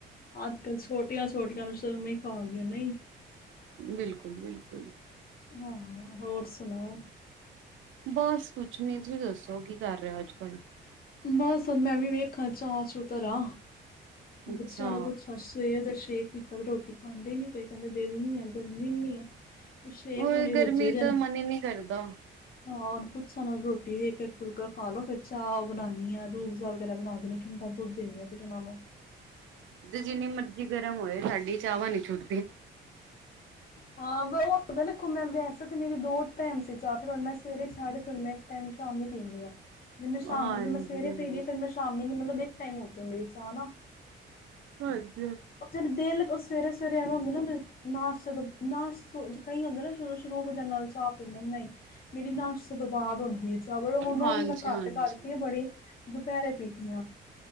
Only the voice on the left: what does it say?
ਅੱਜ-ਕੱਲ, ਛੋਟੀਆਂ-ਛੋਟੀਆਂ ਨੂੰ ਉਮੇ ਖਾ ਗਿਆ ਨਹੀਂ,
ਹਾਂ, ਹੋਰ ਸੁਣਾਓ?
ਬਸ ਮੈਂ ਵੀ ਵੇਖਾ ਚ ਆ ਚੂ ਤਰਾ,
ਬੱਚਿਆਂ ਨੂੰ ਪੁਛਾ ਸਵੇਰ ਦੇ, ਸ਼ੇਕੀ ਤੇ ਰੋਟੀ ਖਾਂਦੇ ਹੀ ਨੀ ਪਏ, ਕਹਿੰਦੇ ਦਿਲ ਨੀ ਹੈ ਗਰਮੀ ਨੀ ਹੈ। ਛੇ
ਕੋਨੀ
ਵੱਜੇ ਦੇ,
ਹਾਂ ਉਹਨੂੰ ਪੁੱਛ ਰੋਟੀ ਵੀ ਇੱਕ-ਇੱਕ ਫੁਲਕਾ ਖਾ ਲੋ, ਫਿਰ ਚਾਹ ਉਹ ਬਣਾਨੀ ਆ ਰੂਜ਼ਾ ਵਗੈਰਾ ਬਣਾ ਦੇਣੀ ਠੰਡਾ। ਦੱਧ ਦਿੰਦੀ ਹਾਂ ਫਿਰ ਇਹਨਾਂ ਨੂੰ
ਹਾਂ ਬ ਪਤਾ ਦੇਖੋ ਮੈਂ ਵੈਸੇ ਤਾਂ ਮੇਰੇ ਦੋ ਟਾਈਮ ਸੀ ਚਾਹ ਫਿਰ ਹੁਣ ਮੈਂ ਸਵੇਰੇ ਛੱਡਤੀ ਤੇ ਹੁਣ ਮੈਂ ਇੱਕ ਟਾਈਮ ਸ਼ਾਮੀ ਪੀਨੀ ਹਾਂ। ਜਿ ਮੈਂ ਸ਼ਾਮ
ਜੇ ਮੈਂ ਸਵੇਰੇ
ਪੀਲੀ ਫੇਰ ਮੈਂ ਸ਼ਾਮੀ ਨੀ ਮਤਲਬ ਇੱਕ ਟਾਈਮ ਹੋ ਗਿਆ ਮੇਰੀ ਚਾ ਨਾ।
ਉਸ ਫਿਰ ਦਿਲ ਉਸ ਸਵੇਰੇ ਸਵੇਰੇ ਐਵੇਂ ਹੁੰਦਾ ਨਾ ਨਾਸ਼ਤੇ ਨਾਸ ਕਈ ਹੁੰਦੇ ਨਾ ਸ਼ ਸਵੇਰੇ ਉਠਦੇ ਨਾਲ ਚਾ ਪੀਦੇ ਨੇ। ਨਹੀਂ ਮੇਰੀ ਨਾਸ਼ਤ ਤੋਂ ਬਾਅਦ ਹੁੰਦੀ ਹੈ ਚ ਚਵਲ ਹੁਣ
ਉਹ ਵੀ ਮੈਂ ਘੱਟ
ਕਰਤੀ ਆ ਬੜੀ ਦੁਪਹਿਰੇ ਪੀਨੀ ਆ।